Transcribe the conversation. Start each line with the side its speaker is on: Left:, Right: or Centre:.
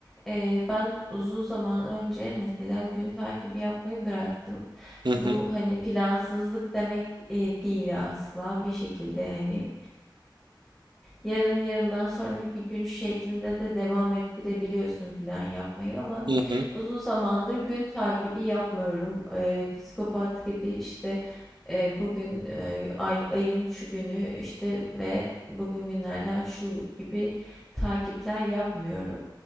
Centre: eee, ben uzun zaman önce mesela gün takibi yapmayı bıraktım.
Right: hı hı,
Centre: Bu hani plansızlık demek eee, değil asla bir şekilde hani Yarın, yarından sonraki gün şeklinde de devam ettirebiliyorsun plan yapmayı ama
Right: hı hı,
Centre: uzun zamandır gün takibi yapmıyorum. Eee, psikopat gibi işte eee, bugün eee, ay, ayın şu günü işte ve bugün günlerden şu gibi takipler yapmıyorum.